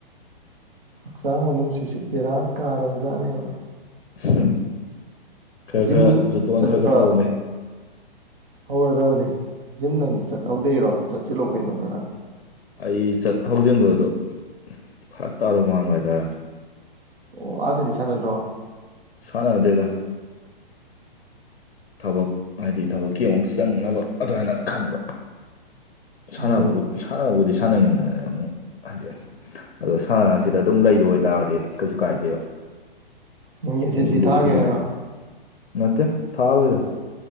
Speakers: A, on the right (about 70°); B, on the left (about 85°).
A: ꯍꯛꯆꯥꯡ ꯃꯅꯨꯡꯁꯤꯁꯨ ꯕꯦꯔꯥ ꯀꯥꯔꯕ ꯖꯥꯠꯅꯦꯕ
B: ꯈꯔ ꯈꯔ
A: ꯖꯤꯝ
B: ꯖꯠꯇꯣꯟ
A: ꯆꯠꯄ
B: ꯈꯔ ꯈꯔ ꯇꯧꯅꯤ
A: ꯍꯧꯔꯗꯕꯅꯤ ꯁꯝ ꯅꯪ ꯆꯠꯍꯧꯗꯩꯔꯣ ꯆꯠꯁꯤꯜꯂꯛꯑꯣ ꯀꯩꯅꯣ ꯈꯔ
B: ꯑꯩ ꯆꯠ ꯍꯧꯖꯤꯟꯗꯕꯗꯣ ꯐꯔꯛ ꯇꯥꯗꯧ ꯃꯥꯟꯕ ꯍꯥꯏꯇꯥꯔꯦ
A: ꯑꯣ ꯑꯥꯗꯗꯤ ꯁꯥꯟꯅꯗ꯭ꯔꯣ
B: ꯁꯥꯅ ꯗ‌ꯦꯗ ꯊꯕꯛ ꯍꯥꯏꯗꯤ ꯊꯕꯛꯀꯤ ꯑꯃꯨꯛ ꯆꯪꯅꯕ ꯑꯗꯨꯃꯥꯏꯅ ꯈꯟꯕ ꯁꯥꯟꯅꯕꯕꯨ
A: ꯎꯝ
B: ꯁꯥꯟꯅꯕꯕꯨꯗꯤ ꯁꯥꯟꯅꯅꯤꯡꯉꯥꯏ ꯑꯃꯨꯛ ꯍꯥꯏꯗꯤ ꯑꯗꯣ ꯁꯥꯟꯅꯕꯔꯁꯤꯗ ꯑꯗꯨꯝ ꯂꯩꯗ ꯑꯣꯏꯇꯥꯔꯒꯗꯤ ꯀꯩꯁꯨ ꯀꯥꯏꯗꯦ
A: ꯎꯝ ꯑꯦꯁ
B: ꯎ
A: ꯑꯦꯁ ꯁꯤ
B: ꯂꯞꯈꯤꯗ
A: ꯊꯥꯒꯦ ꯍꯥꯏꯔꯣ
B: ꯅꯠꯇꯦ ꯊꯥꯔ ꯑꯣꯏꯗ